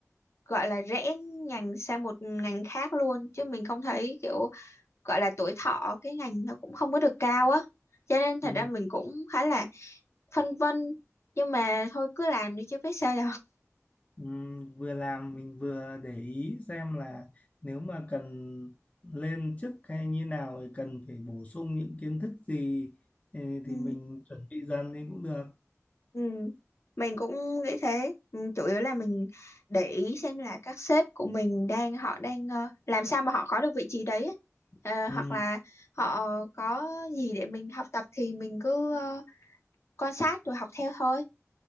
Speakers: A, on the left; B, on the left.
A: gọi là rẽ ngành sang một ngành khác luôn chứ mình không thấy kiểu gọi là tuổi thọ cái ngành nó cũng không có được cao á cho nên thật
B: ừm.
A: ra mình cũng khá là phân vân nhưng mà thôi cứ làm đi chứ biết sao
B: Ừm, vừa làm mình vừa để ý xem là nếu mà cần lên chức hay như nào thì cần phải bổ sung những kiến thức gì ừ,
A: giờ
B: thì mình chuẩn bị dần thì cũng được.
A: Ừ. Mình cũng nghĩ thế Ừ, chủ yếu là mình để ý xem là các sếp của mình đang họ đang ờ, làm sao mà họ có được vị trí đấy ấy. Ờ, hoặc
B: Ừ,
A: là họ có gì để mình học tập thì mình cứ ờ, quan sát rồi học theo thôi